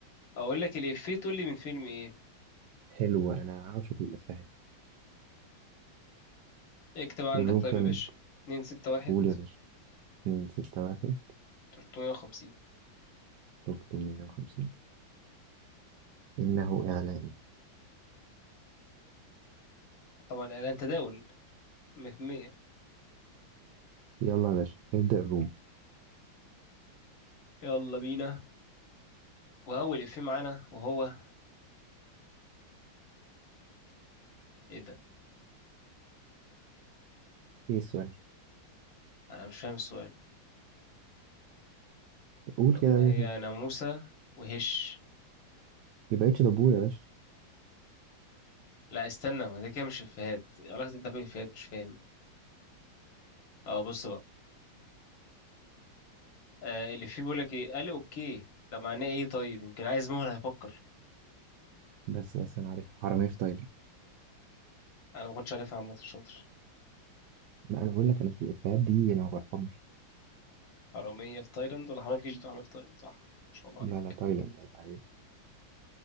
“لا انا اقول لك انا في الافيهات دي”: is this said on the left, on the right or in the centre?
Right